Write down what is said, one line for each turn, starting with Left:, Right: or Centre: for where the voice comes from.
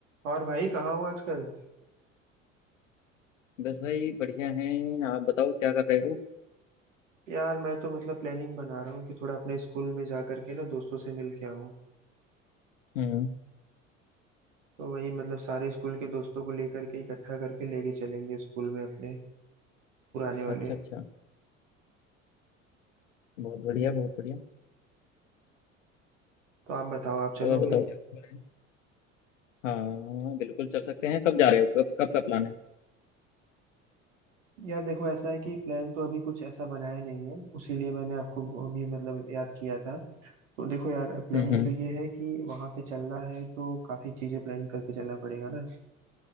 Right: और भाई कहाँ हूँ आजकल
Left: बस भाई बढ़िया हैं आप बताओ क्या कर रहे हो
Right: यार मैं तो मतलब प्लानिंग बना रहा हूँ कि थोड़ा अपने स्कूल में जा करके ना दोस्तों से मिल के आऊँ
Left: हम्म
Right: तो वही मतलब सारे स्कूल के दोस्तों को लेकर के इकट्ठा करके लेके चलेंगे स्कूल में अपने पुराने वाले
Left: अच्छा अच्छा बहुत बढ़िया बहुत बढ़िया
Right: तो आप बताओ आप चलोगे
Left: और बताओ क्या कर रहे हैं हाँ बिल्कुल चल सकते हैं कब जा रहे हो कब कब का प्लान है
Right: यार देखो ऐसा है कि प्लान तो अभी कुछ ऐसा बनाया नहीं है उसीलिए मैंने आपको अभी मतलब याद किया था तो देखो यार प्लानिंग
Left: हम्म हम्म
Right: तो ये है कि वहाँ पे चलना है तो काफ़ी चीज़ें प्लान करके चलना पड़ेगा ना